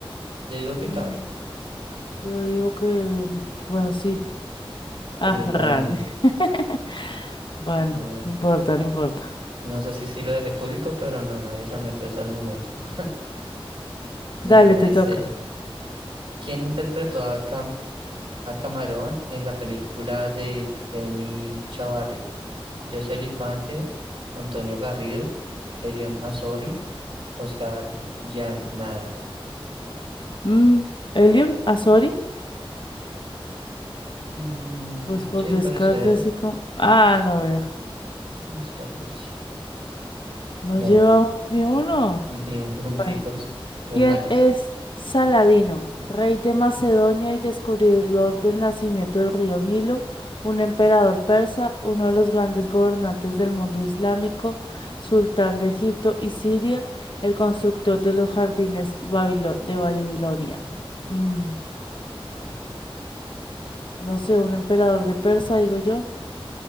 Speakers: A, on the right; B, on the left.
A: Yo digo que
B: Mm,
A: Carl.
B: yo digo que, mm, bueno, sí. Ah,
A: Uy,
B: Randy.
A: Randy.
B: <laughs> Bueno,
A: Bueno,
B: no importa, no importa.
A: no sé si sí lo dejé público, pero no, nadie se ha metido hasta el momento. <laughs> Mira,
B: Dale,
A: dice,
B: te toca.
A: ¿quién interpretó a, Cam- a Camarón en la película de Jamie Chavarri? José Elifante, Antonio Garrido, Elion Azori, Oscar Jan Nada.
B: Mm, Elion Azori,
A: Mm,
B: pues por
A: sí,
B: descarte
A: puede ser.
B: así como... Ah, no veo.
A: Oscar, José.
B: No
A: Dale,
B: llevamos ni uno.
A: <laughs> ni un punticos
B: Bueno,
A: re
B: ¿quién
A: malos.
B: es Saladino? Rey de Macedonia y descubridor del nacimiento del río Nilo, un emperador persa, uno de los grandes gobernantes del mundo islámico, sultán de Egipto y Siria, el constructor de los jardines babilo- de Babilonia. Mm, No sé, un emperador de Persa, digo yo.